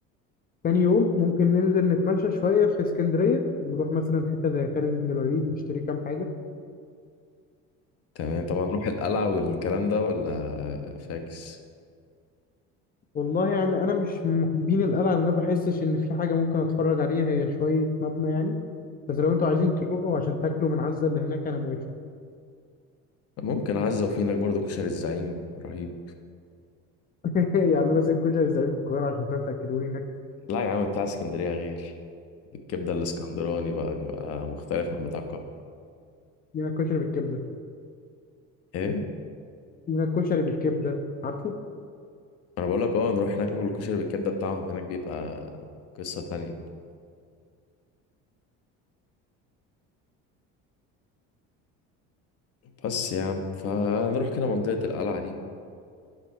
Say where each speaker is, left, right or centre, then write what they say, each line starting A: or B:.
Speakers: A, on the left; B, on the left.
A: تاني يوم ممكن ننزل نتمشى شويه في اسكندريه نروح مثلا حته زي خالد بن الوليد نشتري كام حاجه
B: تمام طبعا نروح القلعة والكلام ده ولا فاكس
A: والله يعني انا مش من محبين القلعه لان انا بحسش ان في حاجه ممكن اتفرج عليها هي شويه مبنى يعني بس لو انتوا عايزين تروحوا عشان تاكلوا من عزة اللي هناك انا موافق
B: ممكن عزة وفي هناك برضه كشري الزعيم رهيب
A: <laughs> يعني انا زي كل زعيم في القاهره عشان تروح تاكلوني هناك
B: لا يا عم بتاع اسكندرية غير الكبده الاسكندراني بقى بيبقى مختلف عن بتاع القاهره
A: لينا الكشري بالكبده
B: ايه
A: لينا الكشري بالكبده عارفه
B: انا بقول لك اه نروح هناك ناكل الكشري بالكبده بتاعهم هناك بيبقى قصه تانية بس يعني فنروح كده منطقه القلعه دي